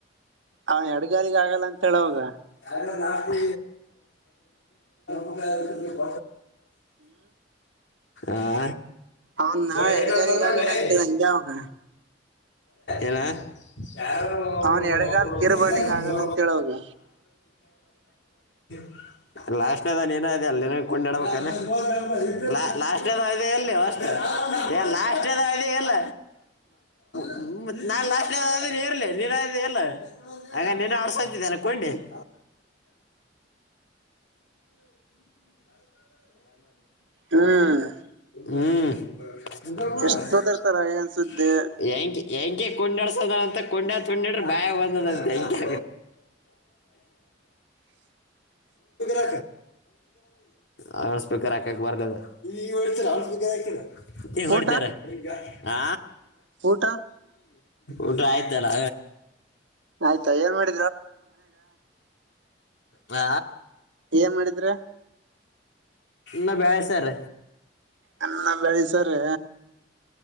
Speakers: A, on the right; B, on the left.
A: ಅವ ಎಡಗಾಲಿಗೆ ಆಗಲ್ಲ ಅಂತ ಹೇಳವಾಗ
B: ಅಲ್ಲ ನಾವ ನಮಾಯಟ್ಟ ಆ
A: ಅವನ್ಾ
B: ನೋಡಿ
A: ಎಡ್ಗಾರಿಗ
B: ಏನಂತ ನೋಡ್ಲೆ
A: ಆಗಲ್ಲ ಅಂತೇಳ ಹಂಗಗೆ ಅವಾಗ
B: ಏನ ಯಾರ
A: ಅವನ್
B: ಮ
A: ಎಡಗಾಲ್ ಕಿರುಬಾಳಿಗ ಆಗಲ್ಲ ಅಂತ ಹೇಳ ಅವಾಗ
B: <inaudible> ಲಾಸ್ಟ್ೇದ ನೀನ ಅದೆ ಅಲ್ಲಿ ಕೊಂಡಿಡ್ಬೇಕಾನೆಾ ಲಾಸ್ಟ್ನದದೆ ಎಲ್ಲಿ ಅ ಏ ಲಾಷ್ಟೇದ ಇ ಇಲ್ಲ ಹ್ಮ ನಾನ್ ಲಾಸ್ಟ್ ಆದ ಇರ್ಲಿ ನೀರ ಎಲ್ಲ ಹಂಗ ನಿನ್ನ ಆಡ್ಸಂತಿದ್ದೇನೆ ಕೊಂಡಿ <inaudible>
A: ಹ್ಮ್
B: ಹ್ಮ್
A: ಎಷ್ಟ್ ಸೋದರ್ತಾರ ಏನ್ ಸುದ್ದಿ
B: ಹೆಂಗೆ ಹೆಂಗೆ ಕೊಂಡಾಡ್ಸೋದ ಮತ್ತ ಕೊಂಡತ್ ಕೊಂಡಡ್ರ ಬಾಯ ಬಂದದಂತೆ
A: <inaudible>
B: ಾ ಹಾರ್ ಹಾಕಕ್ ಬರ್ಲ ಈಗ ಹಾಕ ಈಗ ಹೊಡ್ತಾರ
A: ಊಟ
B: ಹ
A: ಊಟ
B: ಊಟ್ರ ಆಯ್ತಲ್ಲ
A: ಆಯ್ತಾ ಏನ್ ಮಾಡ
B: ಹಾ
A: ಏನ್ ಮಾಡಿದ್ರ
B: ನ ಬ್ಯಾಳೆಸರ
A: ಅನ್ನ ಬೆಳಿಸಾರೆ